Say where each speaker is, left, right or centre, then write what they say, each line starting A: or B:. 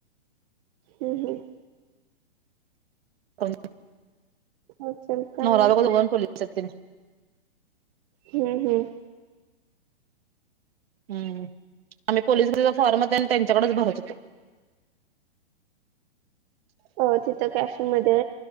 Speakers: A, on the right (about 40°); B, on the right (about 65°).
A: हम् हम
B: ह
A: असेल काय
B: नल
A: माहित
B: ब पोलातते
A: हम्म हम्म
B: हम्म आम्ही पोलिस त फॉर्मत त्यांच्याकडेच भरत होतो
A: हो तिथं कॅफे मध्ये